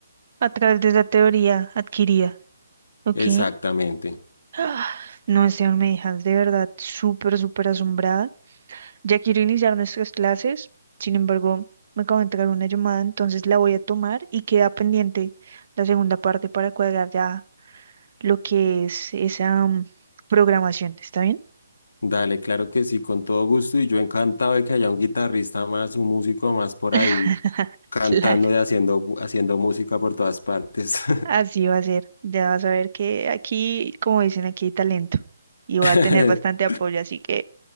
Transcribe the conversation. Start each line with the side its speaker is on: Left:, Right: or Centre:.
Right: A través de esa teoría adquirida. Ok.
Left: Exactamente.
Right: Ah, No, Esteban, me dejas de verdad súper, súper asombrada. Ya quiero iniciar nuestras clases, sin embargo, me acabo de entrar una llamada, entonces la voy a tomar y queda pendiente la segunda parte para cuadrar ya lo que es esa mm, programación. ¿Está bien?
Left: Dale, claro que sí, con todo gusto y yo encantado de que haya un guitarrista más, un músico más por
Right: <laughs>
Left: ahí cantando
Right: Claro,
Left: y haciendo, bu- haciendo música por todas partes.
Right: así va a ser. Ya vas a ver que aquí, como dicen, aquí hay talento y voy
Left: <laughs>
Right: a tener bastante apoyo, así que